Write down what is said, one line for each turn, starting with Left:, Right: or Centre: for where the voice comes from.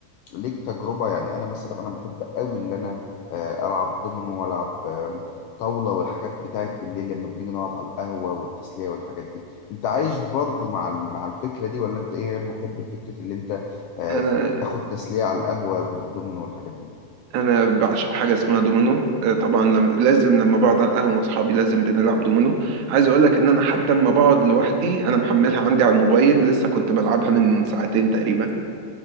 Left: ليك تجربة يعني أنا مثلا أنا بحب قوي إن أنا آه، ألعب دومينو وألعب آم، طاولة والحاجات بتاعت بالليل لما بنيجي نقعد على القهوة والتسلية والحاجات دي أنت عايش برضو مع ال- مع الفكرة دي ولا أنت إيه غير محب لفكرة اللي أنت آه،
Right: انا
Left: تاخد تسلية على القهوة بالدومينو والحاجات دي
Right: انا بعشق حاجة اسمها دومينو آه، طبعا لم- لازم لما بقعد على القهوة مع اصحابي لازم بنلعب دومينو عايز اقول لك ان انا حتى لما بقعد لوحدي انا محملها عندي على الموبايل لسه كنت بلعبها من ساعتين تقريبا